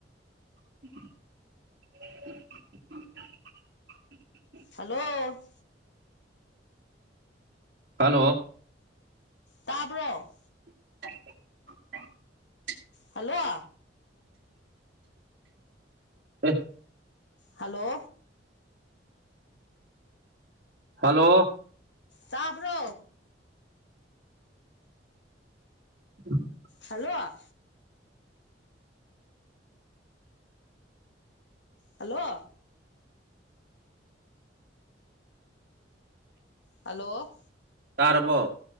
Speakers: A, on the right; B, on the left.
A: <inaudible> <inaudible>
B: ꯍꯜꯂꯣ
A: ꯍꯜꯂꯣ
B: ꯇꯥꯕ꯭ꯔꯣ
A: <inaudible>
B: ꯍꯜꯂꯣ
A: ꯎ
B: ꯍꯂꯣ
A: ꯍꯜꯂꯣ
B: ꯇꯥꯕ꯭ꯔꯣ
A: ꯎꯝ
B: ꯍꯜꯂꯣ ꯍꯜꯂꯣ ꯍꯜꯂꯣ
A: ꯇꯔꯔꯕꯣ